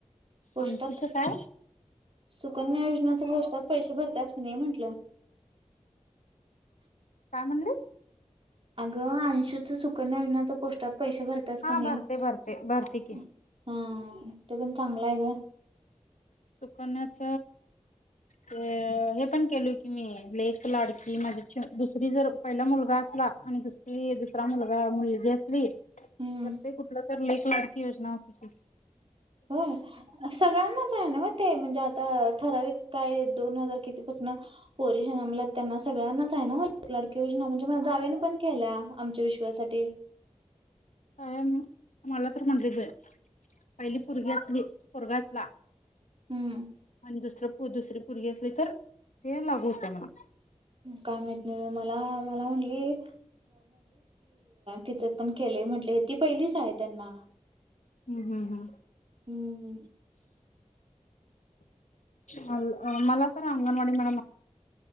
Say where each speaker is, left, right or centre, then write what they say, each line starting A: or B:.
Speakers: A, on the right; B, on the left.
A: पोस्टात.
B: अंशूच काय
A: सुकन्या योजनाच पोस्टात पैसे भरत्यास काय नाही म्हंटलं. <inaudible>
B: काय म्हणले.
A: अगं. अनसूच सुकन्या योजनाच पोस्टात पैसें भरत्यास
B: हा
A: का नाही
B: भरते भरते भरते की
A: ह तेपण चागलच. नाय ग.
B: सुकण्याच... ते हे पण केलोय की मी लेख लाडकी माझ्या दुसरी जर पहिला मुलगा असला आणि दुसरी दुसरा मुलगा मुलगी असली. तर
A: हम्म
B: ते कुठला... तर लेक लाडकी योजना हो तुझची....
A: हो सगळ्यांनाच आहे ना. ते म्हणजे... त ठराविक काय दोन हजार किती पासून पोरी जनमल्या त्यांना सगळ्यांनाच आहे नव्ह लाडकी योजना. म्हणजे माझ्या जावेने पण केल्या आमच्या विश्वासाठी.
B: काय म मलात म्हणलीे बाय. पहिली पुरगी असली पोरगा असला,
A: हम्म.
B: आणि दुसरं पू दुसरी पूरगी असली तर ते लागू होते म्हणा.
A: काय माहित नाही मला मला म्हणली तिथ पण केले म्हटले. ती पहिलीच आहे त्यांना.
B: हं हं हं.
A: <unintelligible>
B: मल मला तर अंगणवाडी म